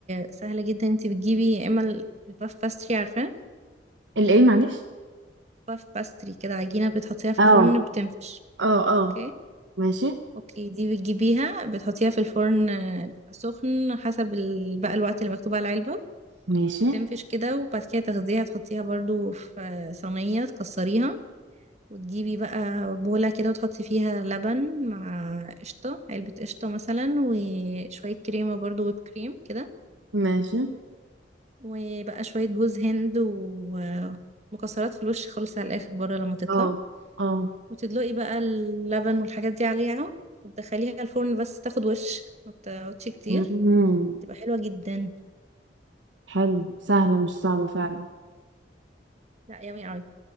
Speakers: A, on the right; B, on the right.
A: سهلة جدا انتي بتجيبي يا إما الباف باستري عارفاه
B: الايه معلش
A: باف باستري كده عجينة بتحطيها في
B: اه
A: الفرن بتنفش
B: اه
A: اوكي
B: اه ماشي
A: اوكي دي بتجيبيها بتحطيها في الفرن آه، سخن حسب ال- بقى الوقت اللي مكتوب على العلبة
B: ماشي
A: بتنفش كده وبعد كده تاخديها تحطيها برضو في آه، صينية تكسريها وتجيبي بقى بولة كده وتحطي فيها لبن مع قشطة علبة قشطة مثلا وشوية كريمة برضو ويب كريم كده
B: ماشي
A: وبقى شوية جوز هند ومكسرات في الوش خالص على الآخر بره لما تطلع
B: اه اه
A: وتدلقي بقى اللبن والحاجات دي عليها وتدخليها الفرن بس تاخد وش ما بتقعدش كتير
B: مم.
A: بتبقى حلوة جدا
B: حلو سهلة مش صعبة فعلا
A: لا يummy اوي